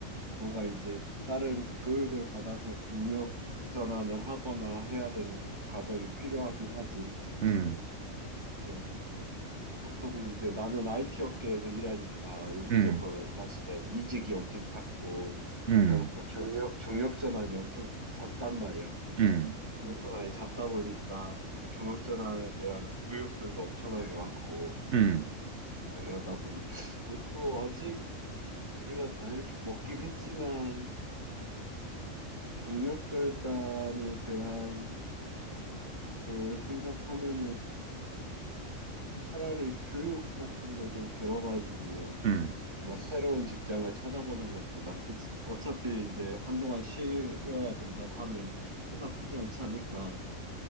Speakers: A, on the right (about 20°); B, on the right (about 60°).
A: 뭔가 이제 다른 교육을 받아서 경력 전환을 하거나 해야 되는 과정이 필요하긴 하지.
B: 음,
A: 이제 보통 이제 나는 IT 업계에서 일하니까 우리
B: 음,
A: 쪽은 사실은 이직이 엄청 잦고
B: 음,
A: 그러니까 경력 경력 전환이 엄청 잦단 말이야.
B: 음,
A: 경력 전환이 잦다 보니까 그 경력 전환에 대한 교육들도 엄청나게 많고
B: 음,
A: 그러다 보니 너도 아직 우리가 나이를 좀 먹긴 했지만 경력 절단에 대한 걸 생각하면은 차라리 교육 같은 걸 좀 들어가지고
B: 음.
A: 뭔가 새로운 직장을 찾아보는 것도 나쁘지, 어차피 이제 한동안 쉬어야 된다고 하면 또 나쁘지 않지 않을까.